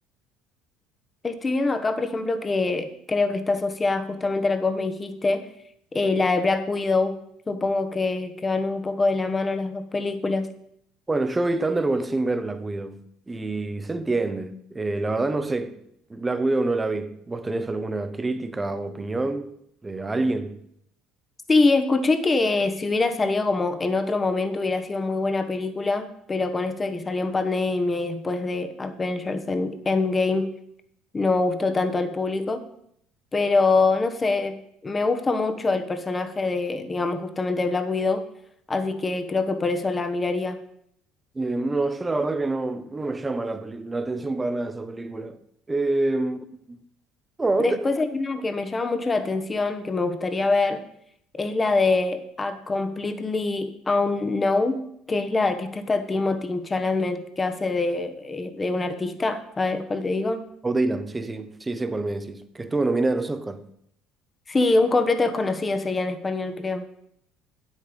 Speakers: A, on the left; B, on the right.
A: Estoy viendo acá, por ejemplo, que creo que está asociada justamente a la que vos me dijiste, eh, la de Black Widow. Supongo que, que van un poco de la mano las dos películas.
B: Bueno, yo vi Thunderbolt sin ver Black Widow y se entiende. Eh, la verdad no sé, Black Widow no la vi. ¿Vos tenés alguna crítica o opinión de alguien?
A: Sí, escuché que si hubiera salido como en otro momento hubiera sido muy buena película, pero con esto de que salió en pandemia y después de Avengers End- Endgame no gustó tanto al público, pero no sé, me gusta mucho el personaje de, digamos, justamente de Black Widow, así que creo que por eso la miraría.
B: Eh, no, yo la verdad que no, no me llama la, peli- la atención para nada esa película. Eh, no,
A: Después
B: te-
A: hay una que me llama mucho la atención, que me gustaría ver, es la de A Completely Unknown, que es la que está esta Timothy Chalamet que hace de, eh, de un artista, ¿sabes cuál te digo?
B: O Dylan, sí, sí, sí, sé cuál me decís. Que estuvo nominada a los Oscars.
A: Sí, un completo desconocido sería en español, creo.